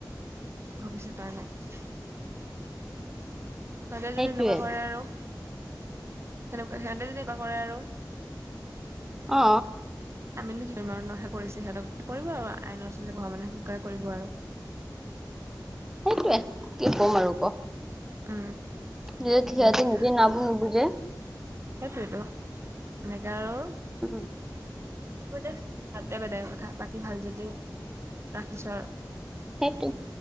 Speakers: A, on the right; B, in the centre.
A: ভৱিষ্যত তাৰ নাই চবে
B: সেইটোৱে
A: যদি এনেকোৱা কৰে আৰু সেনেকোৱা সিহঁতে যদি এনেকোৱা কৰে আৰু
B: অ
A: আমিনো কি কৰিম আৰু ন সিহঁতক কৰিব আৰু আইনৰ ওচৰত যাব ভগৱানে কি কৰে কৰিব আৰু
B: সেইটোৱে কি ক'ম আৰু ক
A: উম
B: নিজে থিয়তি
A: যি হ'ব দে
B: নিজে নুবুজে
A: সেইটোৱেতো এনেকে আৰু
B: উম
A: দে বাদ দে বাদ দে এইবাৰ কথা বাকী ভাল যদিও ৰাখিছো আৰু
B: সেইটো